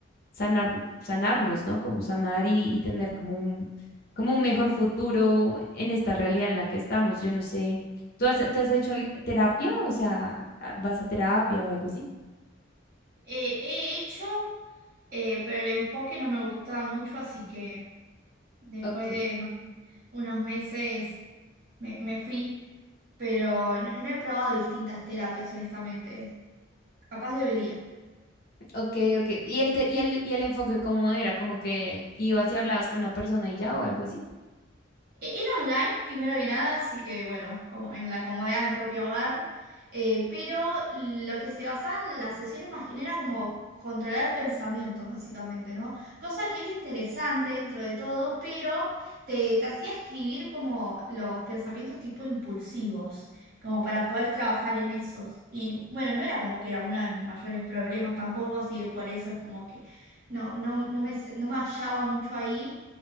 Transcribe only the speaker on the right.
Eh, he hecho. Eh, pero el enfoque no me gustaba mucho, así que después
de no sé, unos meses me, me fui, pero no, no he probado distintas terapias, honestamente. Capaz debería.
E- Era online, primero que nada, así que bueno, como en la comodidad de mi propio hogar. Eh, pero lo que se basaban las sesiones más que nada era como controlar pensamientos, básicamente, ¿no? Cosa que era interesante dentro de todo, pero te, te hacía escribir como los pensamientos tipo impulsivos, como para poder trabajar en esos. Y bueno, no era como que era uno de mis mayores problemas tampoco, así que por eso es como que no, no, no me, no me hallaba mucho ahí.